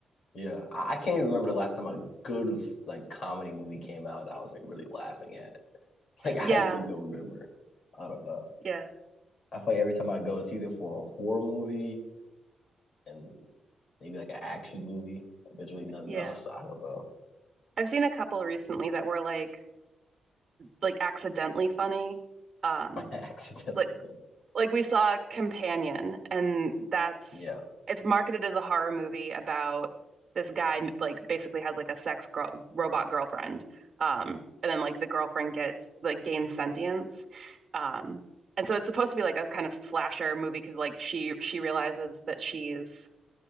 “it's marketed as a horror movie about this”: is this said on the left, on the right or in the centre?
Right